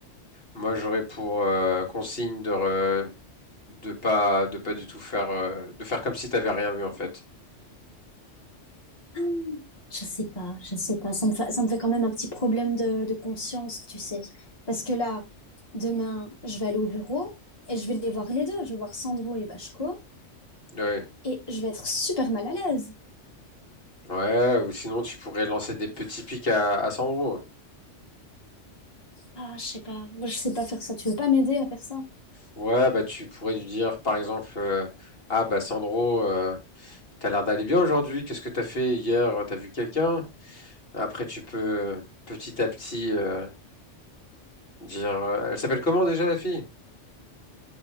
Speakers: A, on the left; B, on the left.
A: moi, j'aurais pour euh, consigne de re- de pas, de pas du tout faire, euh, de faire comme si t'avais rien vu en fait.
B: Ah, je sais pas, je sais pas. Ça me fait, ça me fait quand même un petit problème de, de conscience, tu sais. Parce que là, demain, je vais aller au bureau et je vais les voir les deux. Je vais voir Sandro et Vachko.
A: Ouais,
B: Et je vais être super mal à l'aise.
A: ouais. Ou sinon, tu pourrais lancer des petits pics à, à Sandro.
B: Ah, je sais pas. Moi, je sais pas faire ça. Tu veux pas m'aider à faire ça?
A: Ouais, bah, tu pourrais lui dire, par exemple, euh, ah bah Sandro, euh, t'as l'air d'aller bien aujourd'hui. Qu'est-ce que t'as fait hier? T'as vu quelqu'un? Après, tu peux euh, petit à petit. euh, Dire, euh, elle s'appelle comment déjà la fille?